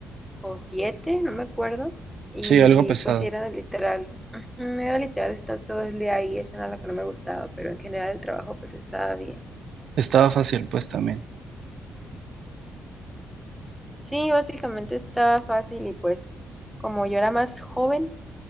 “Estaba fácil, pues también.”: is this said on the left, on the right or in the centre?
Right